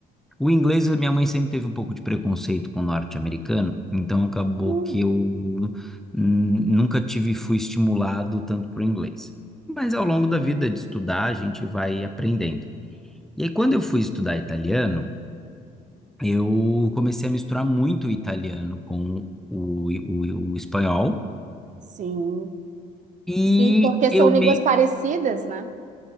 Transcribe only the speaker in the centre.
O inglês, a minha mãe sempre teve um pouco de preconceito com o norte-americano, então acabou
que eu hum, nunca tive, fui estimulado tanto por inglês. Mas ao longo da vida de estudar, a gente vai aprendendo. E aí, quando eu fui estudar italiano, eu comecei a misturar muito o italiano com o, o, o espanhol,
e
eu
meio.